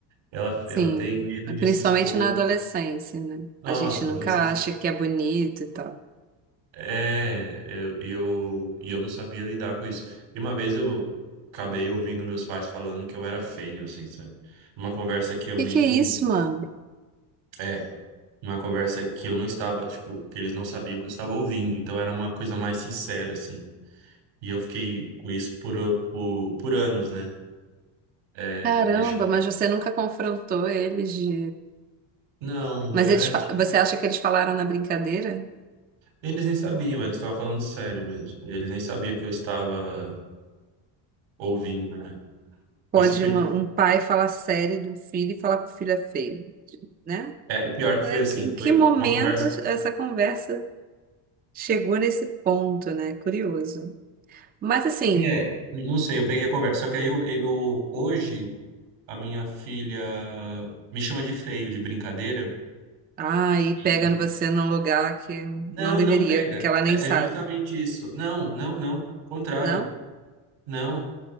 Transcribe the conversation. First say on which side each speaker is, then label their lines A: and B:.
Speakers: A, on the right; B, on the right.
A: Ela,
B: sim.
A: ela tem medo de
B: Principalmente
A: se expor.
B: na
A: e-
B: adolescência, né?
A: Nossa,
B: A gente
A: quando
B: nunca
A: vocês.
B: acha que é bonito e tal. O
A: É, eu, e eu, e eu não sabia lidar com isso. E uma vez eu acabei ouvindo meus pais falando que eu era feio, assim, sabe? Numa conversa que eu
B: que
A: nem.
B: que é isso, mano?
A: É, numa conversa que eu não estava, tipo, que eles não sabiam que eu estava ouvindo. Então era uma coisa mais sincera, assim. E eu fiquei com isso por, por, por anos, né? É,
B: Caramba,
A: me achando
B: mas você nunca confrontou eles de...
A: Não,
B: Mas
A: é,
B: eles, fa-
A: que
B: você acha que eles falaram na brincadeira?
A: eles nem sabiam, eles estavam falando sério mesmo. Eles nem sabiam que eu estava ouvindo, né?
B: Pode
A: Isso ficou.
B: uma- um pai falar sério de um filho e falar que o filho é feio, né?
A: É, e pior que
B: Ué,
A: foi assim,
B: que- Em que
A: foi
B: momento
A: uma conversa.
B: essa conversa chegou nesse ponto, né? Curioso. Mas assim,
A: É, não sei, eu peguei a conversa. Só que aí eu, eu- hoje a minha filha me chama de feio, de brincadeira.
B: ai,
A: E
B: pega você num lugar que
A: não,
B: não deveria,
A: não pega.
B: que ela nem
A: É
B: sabe,
A: é justamente isso. Não, não, não. Contrário.
B: não?
A: Não.